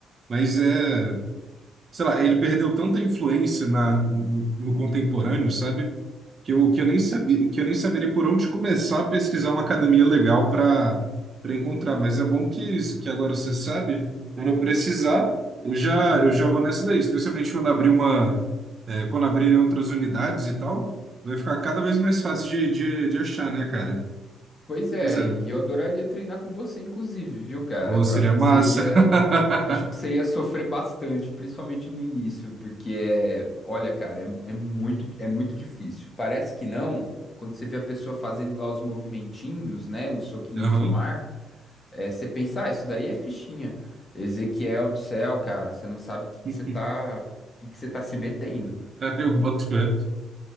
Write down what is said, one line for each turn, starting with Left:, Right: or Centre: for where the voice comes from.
Right: mas é sei lá, ele perdeu tanta influência na, no, no contemporâneo, sabe? Que eu, que eu nem sabia, que eu nem saberia por onde começar a pesquisar uma academia legal para para encontrar. Mas é bom que, que agora você sabe, quando eu precisar, eu já, eu já vou nessa daí, especialmente quando abrir uma, é, quando abrirem outras unidades e tal, vai ficar cada vez mais fácil de, de, de achar, né, cara?
Left: Pois é,
Right: Pois é.
Left: e eu adoraria treinar com você, inclusive, viu, cara?
Right: Pô, seria
Left: Eu acho
Right: massa.
Left: que você ia.
Right: <laughs>
Left: Acho que você ia sofrer bastante, principalmente no início, porque é. Olha, cara, é, é muito, é muito difícil. Parece que não, quando você vê a pessoa fazendo lá os movimentinhos, né? Os soquinhos
Right: Aham.
Left: no ar, é, você pensa, ah, isso daí é fichinha. Ezequiel do céu, cara, você não sabe o que que
Right: <laughs>
Left: você tá. O que que você tá se metendo.
Right: Eu boto fé.